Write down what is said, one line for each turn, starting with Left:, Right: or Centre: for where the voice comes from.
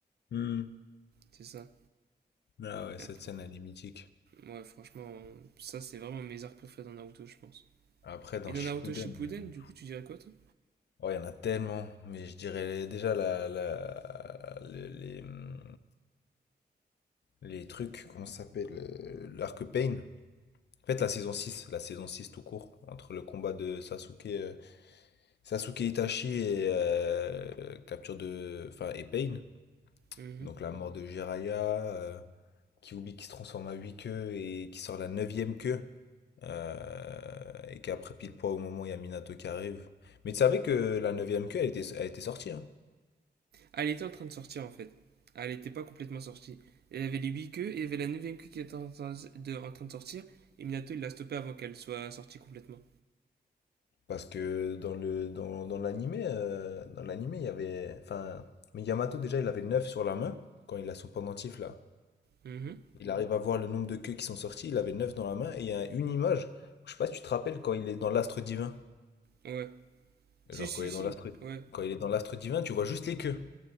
Left: Hmm.
Right: C'est ça.
Left: Ah ouais,
Right: Et
Left: cette
Right: après-
Left: scène, elle est mythique.
Right: Ouais, franchement, ça c'est vraiment mes arcs préférés dans Naruto, je pense.
Left: Après, dans
Right: Et dans
Left: Shippuden,
Right: Naruto Shippuden,
Left: euh,
Right: du coup, tu dirais quoi, toi
Left: oh, il y en a tellement. Mais je dirais déjà la, la, les, les- hmm, les trucs, comment ça s'appelle euh, L'arc Pain. En fait, la saison six la saison 6 tout court, entre le combat de Sasuke, euh, Sasuke Itachi et euh, capture de, enfin, et Pain.
Right: Mhm.
Left: Donc la mort de Jiraiya, euh, Kyuubi qui se transforme à 8 queues et qui sort la neuvième queue. euh, et qu'après pile poids au moment où il y a Minato qui arrive. Mais tu savais que la neuvième queue, elle était, elle était sortie, hein.
Right: Ah, Elle était en train de sortir en fait. Ah, Elle était pas complètement sortie. Elle avait les 8 queues et il y avait la neuvième queue qui était en train de, en train de sortir. Et Minato il l'a stoppée avant qu'elle soit sortie complètement.
Left: Parce que dans le dans, dans l'animé, euh, dans l'animé, il y avait. Enfin, mais Yamato déjà, il avait 9 sur la main quand il a son pendentif là.
Right: Mhm.
Left: Il arrive à voir le nombre de queues qui sont sorties, il avait 9 dans la main et il y a une image. Je sais pas si tu te rappelles quand il est dans l'astre divin.
Right: Ouais. Si,
Left: Genre
Right: si,
Left: quand il est
Right: si.
Left: dans l'astre
Right: Ouais,
Left: quand il est dans l'astre divin, tu vois juste les queues.